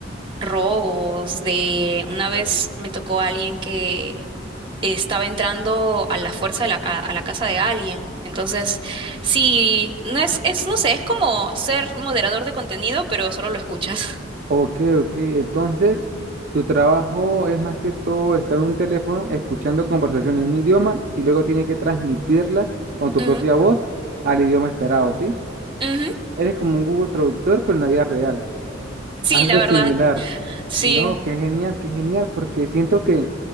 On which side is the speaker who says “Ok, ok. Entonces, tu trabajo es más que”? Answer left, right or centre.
Right